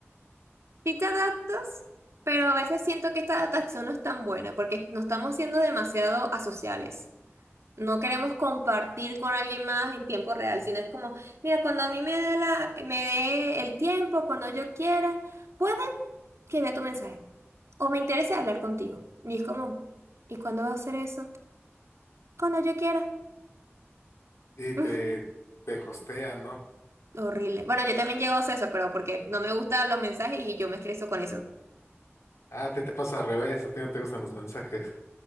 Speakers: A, on the right (about 70°); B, on the left (about 80°).
A: Sí te adaptas, pero a veces siento que esta adaptación no es tan buena porque no estamos siendo demasiado asociales. No queremos compartir con alguien más en tiempo real, sino es como, mira, cuando a mí me dé la, me dé el tiempo, cuando yo quiera, puede que vea tu mensaje. O me interese hablar contigo. Y es como, ¿y cuándo va a hacer eso? Cuando yo quiera.
B: Y te,
A: <laughs>
B: te hostean, ¿no?
A: Horrible. Bueno, yo también llego a hacer eso, pero porque no me gustan los mensajes y yo me estreso con eso.
B: Ah, a ti te pasa al revés, a ti no te gustan los mensajes. <laughs>